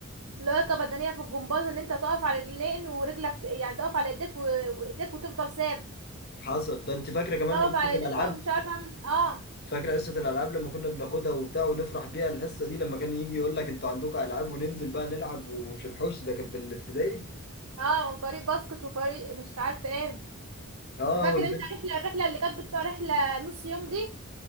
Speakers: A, on the right; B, on the left.
A: لياقة بدنية في الجمباز ان انت تقف على رجلين ورجلك ت- يعني تقف على ايديك و- وايديك وتفضل ثابت
B: حصل ده انت فاكره كمان
A: تقف على
B: حصه
A: ايديك
B: الالعاب
A: وانا مش عارفة اعمل إيه. اه
B: فاكر حصة الألعاب لما كنا بناخدها وبتاع ونفرح بيها الحصة دي لما كان يجي يقول لك انتوا عندكم ألعاب وننزل بقى نلعب وفي الحوش ده كان في الابتدائي
A: اه وفريق باسكت وفريق مش عارفة ايه
B: اه
A: فاكر
B: والبنت
A: انت الرحلة الرحلة اللي كانت بتبقى رحلة نص يوم دي